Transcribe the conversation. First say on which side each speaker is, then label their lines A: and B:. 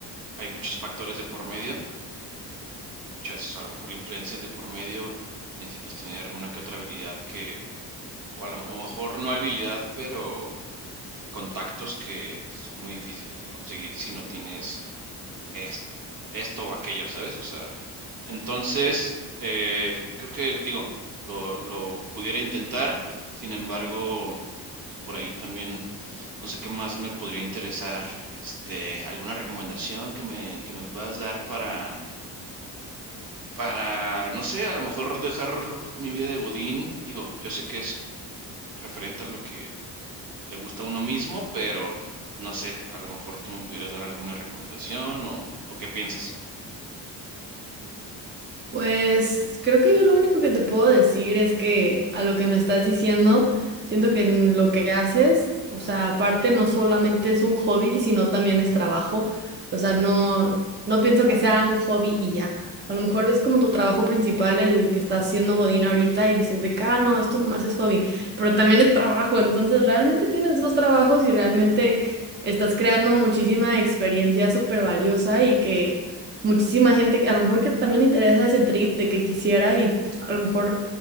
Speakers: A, on the right (about 55°); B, on the right (about 25°).
A: hay muchos factores de por medio, eh, muchas a lo mejor influencias de por medio y necesitas tener una que otra habilidad que o a lo mejor no habilidad, pero eh, contactos que son muy difíciles de conseguir si no tienes es- esto o aquello, ¿sabes? O sea, entonces, eh, creo que, digo, lo, lo pudiera intentar, sin embargo, creo que por ahí también, no sé qué más me podría interesar, este, alguna recomendación que me, que me puedas dar para... Para, no sé, a lo mejor dejar mi vida de Godín, digo, yo sé que es referente a lo que le gusta a uno mismo, pero pues no sé, a lo mejor tú me pudieras dar alguna recomendación o, o qué piensas.
B: Pues creo que yo lo único que te puedo decir es que a lo que me estás diciendo, siento que en lo que haces, o sea, aparte no solamente es un hobby, sino también es trabajo. O sea, no, no pienso que sea un hobby y ya. A lo mejor ves como tu trabajo principal el que estás haciendo Godín ahorita y dices de que, ah, no, esto nomás es hobby, pero también es trabajo. Entonces realmente tienes dos trabajos y realmente estás creando muchísima experiencia súper valiosa y que muchísima gente que a lo mejor que también le interesa ese trip de que quisiera y a lo mejor